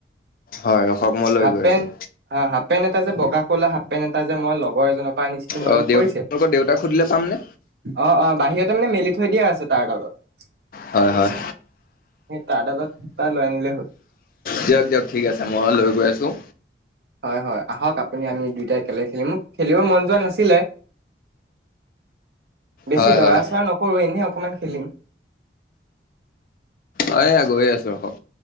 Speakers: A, on the left (about 50°); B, on the right (about 60°).
A: হয় ৰখক মই লৈ
B: হাফ
A: গৈ
B: পেণ্ট
A: আছোঁ
B: হাফ পেণ্ট এটা যে বগা কলা হাফ পেন্ট এটা যে মই লগৰ এজনৰ পৰা আনিছিলো মনত
A: অ দেউ
B: পৰিছে
A: তেওঁলোকৰ দেউতাক সুধিলে পামনে
B: অ অ বাহিৰতে মানে মেলি থৈ দিয়া আছে তাৰ ডালত
A: হয় হয়
B: সেই তাৰ ডালত তাই লৈ আনিলেই হ'ল
A: দিয়ক দিয়ক ঠিক আছে মই লৈ গৈ আছোঁ
B: হয় হয় আহক আপুনি আমি দুইটাই একেলগে খেলিম খেলিব মন যোৱা নাছিলে বেছি
A: হয়
B: দৰা
A: হয়
B: চৰা নকৰো এনেই অকমান খেলিম
A: অ এইয়া গৈ আছো ৰখক